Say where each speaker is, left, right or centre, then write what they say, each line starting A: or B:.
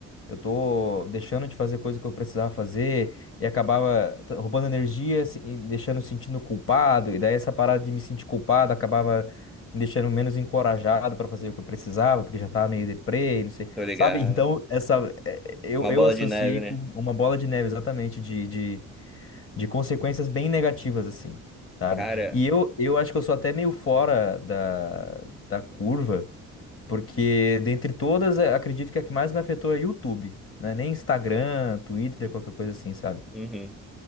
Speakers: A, on the left; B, in the centre.
A: eu tô deixando de fazer coisa que eu precisava fazer, e acabava t- roubando energia, se- e me deixando sentindo culpado, e daí essa parada de me sentir culpado acabava me deixando menos encorajado pra fazer o que eu precisava, porque já tava meio deprê, não sei,
B: tô ligado.
A: sabe? <laughs> Então, essa, eh, eu,
B: Uma
A: eu
B: bola
A: associei
B: de neve,
A: com
B: né?
A: uma bola de neve, exatamente, de, de de consequências bem negativas, assim, sabe?
B: Cara,
A: E eu, eu acho que eu sou até meio fora da, da curva, porque dentre todas, eh, acredito que a que mais me afetou é YouTube, né? Nem Instagram, Twitter, qualquer coisa assim, sabe?
B: uhum.